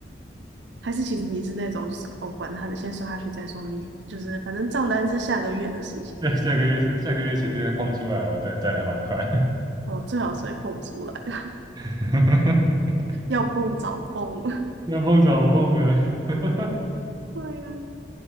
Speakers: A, on the right (about 85°); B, on the right (about 25°).
A: 还是其实你是那种就是哦，管他的，先刷下去再说，明天就是反正账单是下个月的事情，
B: 那下个月下个月钱就会蹦出来，我再再来还款。
A: 哦，最好是会蹦出来。
B: <laughs>
A: 要蹦早蹦了。
B: 要蹦早蹦了。<laughs>
A: <laughs> 对呀、